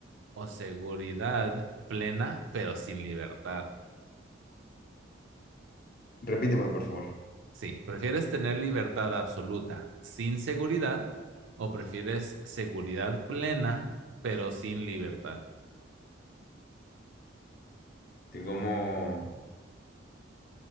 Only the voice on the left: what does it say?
Repíteme, por favor.
Estoy como...